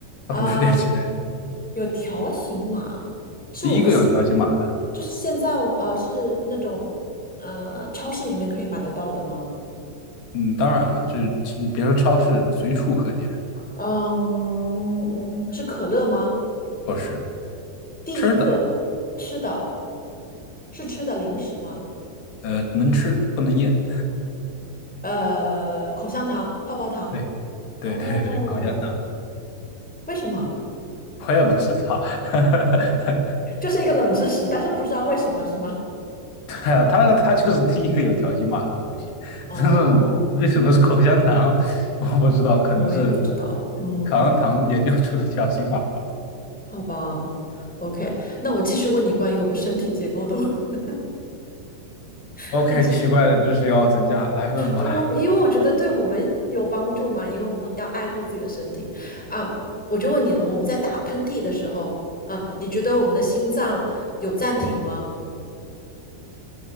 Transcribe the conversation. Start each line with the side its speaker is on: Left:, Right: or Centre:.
Centre: 嗯，
Left: 它不是电器类的，
Centre: 有条形码，是我们现
Left: 第一个有条形码的。
Centre: 就是现在呃是那种呃超市里面可以买得到的吗？
Left: 嗯，当然了，就是你别说超市，随处可见
Centre: 嗯，是可乐吗？
Left: 都是
Centre: 第一个吃的
Left: 吃的，
Centre: 是吃的零食吗？
Left: 呃，能吃不能咽。
Centre: 呃，口香糖、泡泡糖。
Left: 对，对对对，
Centre: 哦，
Left: 口香糖，
Centre: 为什么？
Left: 我也不知道。<laughs>
Centre: 这是一个冷知识，但是不知道为什么是吗？
Left: 对啊，它它就是第一个有条形码的东西，<laughs>
Centre: 哦，
Left: 但是为什么是口香糖，<laughs> 我不知道，可能是
Centre: 我也不知道。嗯，
Left: 口香糖研究出的条形码吧。
Centre: 好吧，OK，那我继续问你关于我们身体结构的问题。<laughs>
Left: OK，
Centre: 你这
Left: 奇怪的知识又要增加，来问吧。
Centre: 我因为我觉得对我们有帮助嘛，因为我们要爱护自己的身体啊。我就问你了，我们在打喷嚏的时候，嗯，你觉得我们的心脏有暂停吗？